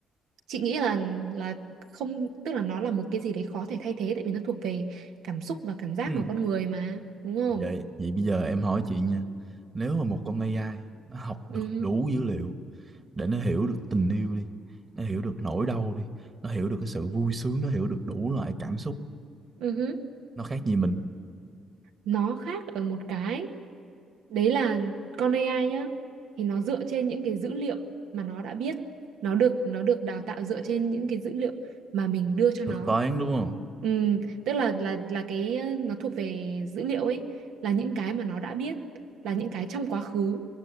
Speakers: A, on the right; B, on the right.
A: chị nghĩ là là không tức là nó là một cái gì đấy khó thể thay thế tại vì nó thuộc về cảm xúc và cảm giác
B: Ừ.
A: của con người mà đúng không
B: Vậy vậy bây giờ em hỏi chị nha. Nếu mà một con AI nó học
A: ừ
B: được đủ dữ liệu để nó hiểu được tình yêu đi, nó hiểu được nỗi đau đi, nó hiểu được cái sự vui sướng, nó hiểu được đủ loại cảm xúc,
A: ừ
B: nó khác gì mình?
A: nó khác ở một cái đấy là con AI nhá thì nó dựa trên những cái dữ liệu mà nó đã biết nó được nó được đào tạo dựa trên những cái dữ liệu mà mình đưa cho nó
B: Thực toán đúng không?
A: Ừ, tức là là là cái ờ, nó thuộc về dữ liệu ấy là những cái mà nó đã biết là những cái trong quá khứ